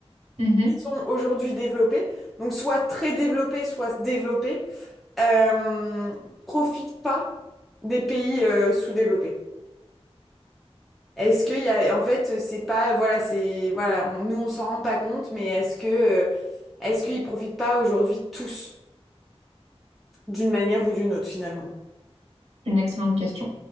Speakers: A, on the right (about 85°); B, in the centre.
A: Mhm.
B: qui sont aujourd'hui développés, donc soit très développés, soit développés, euh, profitent pas des pays euh, sous-développés? Est-ce qu'il y a, en fait, c'est pas, voilà, c'est, voilà, on- nous on s'en rend pas compte, mais est-ce que, euh, est-ce qu'ils profitent pas aujourd'hui tous, d'une manière ou d'une autre finalement?
A: C'est Une excellente question.